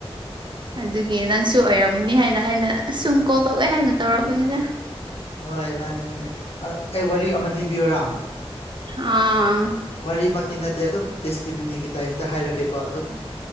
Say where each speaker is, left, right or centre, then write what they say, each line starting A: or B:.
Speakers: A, on the right; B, on the left.
A: <unintelligible> ꯑꯗꯨꯒꯤ ꯅꯪꯁꯨ ꯑꯣꯏꯔꯝꯒꯅꯤ ꯍꯥꯏꯅ ꯑꯩꯅ ꯁꯨꯝ ꯀꯣꯜ ꯇꯧꯦ ꯍꯥꯏꯅ ꯇꯧꯔꯛꯔꯕꯅꯤꯅ
B: ꯍꯣꯏ ꯃꯥꯅꯦ ꯃꯥꯅꯦ ꯑꯗꯣ ꯑꯩ ꯋꯥꯔꯤ ꯑꯃ ꯂꯤꯕꯤꯌꯔꯥ
A: ꯑꯥ
B: ꯋꯥꯔꯤꯃꯛꯇꯤ ꯅꯠꯇꯦ ꯑꯗꯨꯝ ꯇꯦꯁꯇꯤꯃꯤꯅꯤꯒꯤ ꯇꯥꯏꯞꯇ ꯍꯥꯏꯔꯛꯀꯦꯀꯣ ꯑꯗꯨꯝ